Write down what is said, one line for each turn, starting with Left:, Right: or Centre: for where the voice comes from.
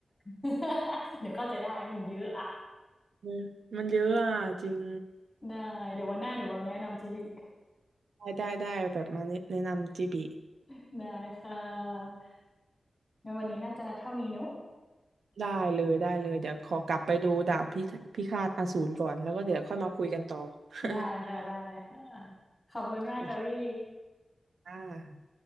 Left: <laughs> เดี๋ยวเข้าใจได้มันเยอะอะ
Right: อืมมันเยอะอ่ะจริง
Left: ได้เดี๋ยววันหน้าหนูเอาแนะนำจิบิ
Right: ได้ได้ได้แบบมาแนะแนะนำจีบี
Left: <laughs> ได้ค่ะงั้นวันนี้น่าจะเท่านี้เนอะ
Right: ได้เลยได้เลยเดี๋ยวขอกลับไปดูดาบพิพิฆาตอสูรก่อนแล้วก็เดี๋ยวค่อยมาคุยกันต่อ <laughs>
Left: ได้ค่ะได้ค่ะขอบคุณมากค่ะพี่
Right: โอเคค่ะ